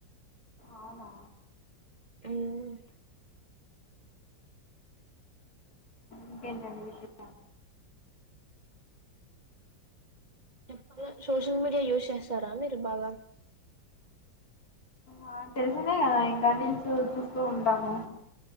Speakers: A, on the left (about 50°); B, on the right (about 35°).
A: అవునా
B: ఆమ్
A: ఇంకేంటండి విశేష
B: చెప్ప సోషల్ మీడియా యూజ్ చేస్తారా మీరు బాగా
A: ఆ తెలిసిందే కదా ఇంకా రిల్స్ చూస్తూ ఉంటాము